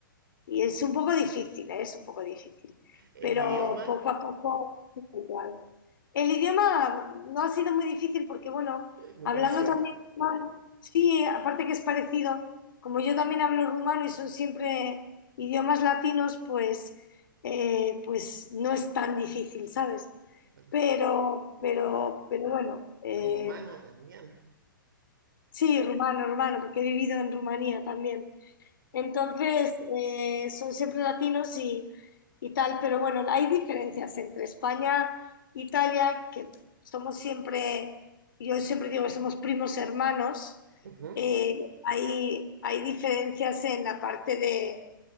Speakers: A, on the left (about 70°); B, on the right (about 70°).
A: y es un poco difícil, ¿eh? es un poco difícil,
B: El
A: pero
B: idioma,
A: poco a poco estoy habituando. El idioma no ha sido muy difícil porque, bueno,
B: eh, muy
A: hablando
B: parecido.
A: también rumano, sí, aparte que es parecido, como yo también hablo rumano y son siempre idiomas latinos, pues, eh, pues no es tan difícil, ¿sabes?
B: Bueno,
A: Pero,
B: ru-
A: pero, pero bueno, eh,
B: rumano también.
A: sí, rumano, rumano, porque he vivido en Rumanía también. Entonces, eh, son siempre latinos y, y tal, pero bueno, hay diferencias entre España e Italia, que somos siempre, yo siempre digo que somos primos hermanos,
B: Ujú.
A: eh, hay, hay diferencias en la parte de,